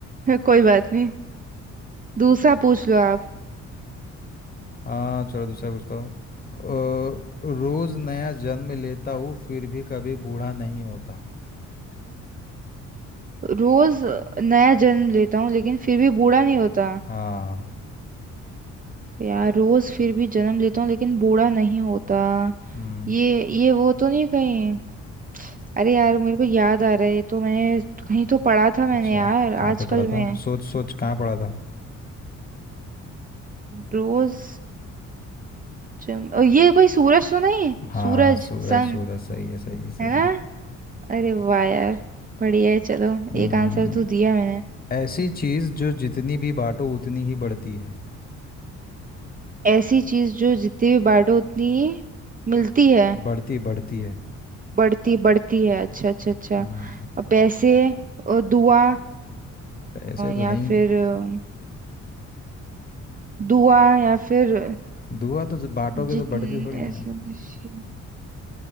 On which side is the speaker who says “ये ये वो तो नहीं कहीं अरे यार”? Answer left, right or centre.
Right